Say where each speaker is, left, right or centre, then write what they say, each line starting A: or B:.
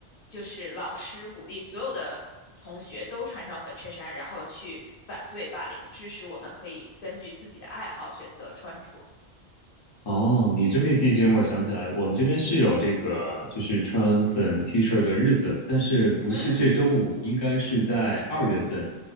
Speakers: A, on the left; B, on the left.
A: 就是老师鼓励所有的同学都穿上粉衬衫，然后去反对霸凌，支持我们可以根据自己的爱好选择穿着。
B: 哦，你这么一提醒，我想起来，我们这边是有这个，就是穿粉 T 恤的日子，但是不是这周五，
A: 嗯，
B: 应该是在二月份，